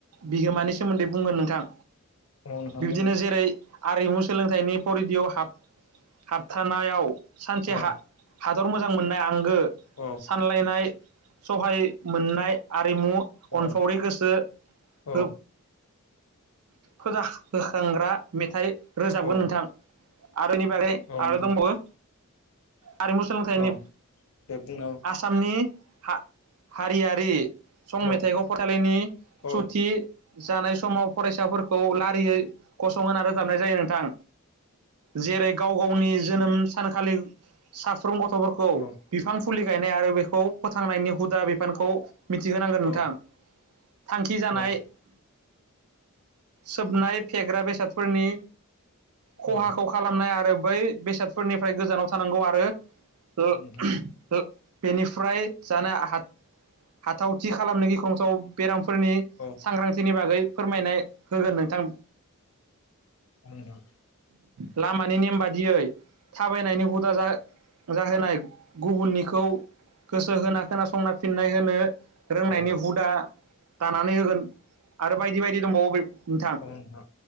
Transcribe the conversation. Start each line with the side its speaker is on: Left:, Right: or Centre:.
Right: बिहोमानि सोमोन्दै बुंगोन नोंथां।
Left: औ नोंथां
Right: बिब्दिनो
Left: बुं
Right: जेरै आरिमु सोलोंथाइनि परिदिय' हाब हाबथानायाव सानसे
Left: औ
Right: हा दर मोजां मोननाय आंगो
Left: औ
Right: सानलायनाय सहाय मोननाय आ रिमु
Left: औ
Right: अनफावरि गोसो
Left: औ
Right: हो फुजा होखांग्रा मेथाइ रोजाबगोन
Left: औ
Right: नोंथां। आरोनि बिनि बागै
Left: नोंथां
Right: आरो दंबावो आरिमु सोलोंथाइनि
Left: औ दे बुंना
Right: आसामनि हा-हारियारि सं
Left: औ
Right: मेथायाइखौ फरायसालिनि
Left: औ
Right: सुथि जानाय समाव फरायसाफोरखौ लारियै गसंहोना रोजाबनाय जायो नोंथां। जेरै गाव गावनि जोनोम सानखालि साफ्रोम गथ'फोरखौ
Left: औ
Right: बिफां फुलि गायनाय आरो बेखौ फोथांनायनि हुदा बिफानखौ मिथिहोनांगोन नोंथां।
Left: औ
Right: थांखि जानाय
Left: नोंथां
Right: सोबनाय फेग्रा बेसादफोरनि
Left: औ
Right: खहाखौ खालामनाय आरो बै बेसादफोरनिफ्राय गोजानाव थानांगौ आरो ओ
Left: नोंथां
Right: ओ बेनिफ्राय जानो हा-हाथावथि खालामनो गिखंथाव बेराम फोरनि
Left: औ
Right: सांग्रांथिनि बागै फोरमायनाय होगोन नोंथां।
Left: बुंलां।
Right: लामानि नेम बादियै थाबायनायनि हुदा जा जाहोनाय गुबुननिखौ गोसो होना खोनासंना फिननाय होनो रोंनायनि
Left: औ औ
Right: हुदा दानानै होगोन आरो बायदि बायदि दंबावो नोंथां
Left: औ नोंथां औ